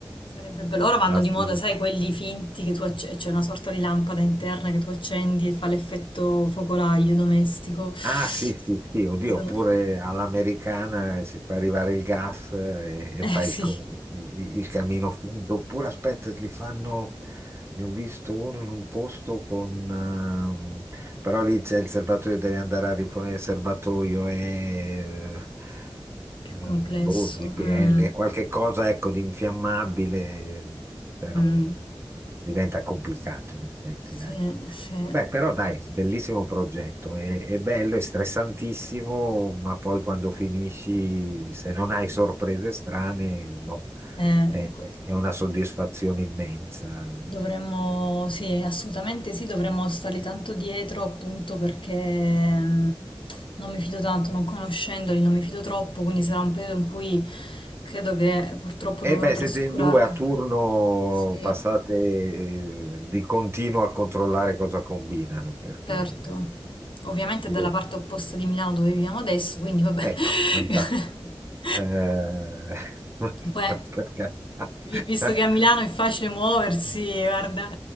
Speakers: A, on the left; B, on the right.
A: sarebbe bello. Ora vanno
B: assolut-
A: di moda, sai, quelli finti che tu acce- c'è una sorta di lampada interna che tu accendi e fa l'effetto focolaio domestico. Sono-
B: Ah, sì, sì, sì, oddio, oppure all'americana si fa arrivare il gas eh, e, e
A: Eh
B: fa il,
A: sì,
B: co- il- il camino finto, oppure aspetta, li fanno, ne ho visto uno in un posto con... ehm, Però lì c'è il serbatoio, devi andare a rifornire il serbatoio e
A: più
B: eh,
A: complesso.
B: boh, GPL,
A: Mm,
B: qualche cosa ecco di infiammabile, però
A: mm.
B: diventa complicato in effetti,
A: Sì,
B: dai.
A: sì.
B: Beh, però dai, bellissimo progetto, è, è bello, è stressantissimo, ma poi quando finisci, se non hai sorprese strane, boh,
A: Eh,
B: è,
A: ecco.
B: è una soddisfazione immensa.
A: Dovremmo, sì, assolutamente sì, dovremmo starli tanto dietro appunto perché mh, non mi fido tanto, non conoscendoli, non mi fido troppo, quindi sarà un periodo in cui credo che purtroppo
B: E
A: dovrò
B: beh,
A: trascurare.
B: siete in due a turno,
A: Sì,
B: passate eh, di continuo a controllare cosa combinano, perché
A: certo. Ovviamente
B: io-
A: è dalla parte opposta di Milano dove viviamo adesso, quindi vabbè. <laughs>
B: Ecco, fantastico. Eh, <laughs>
A: Poi,
B: per carità.
A: vi- visto
B: <laughs>
A: che a Milano è facile muoversi, guarda,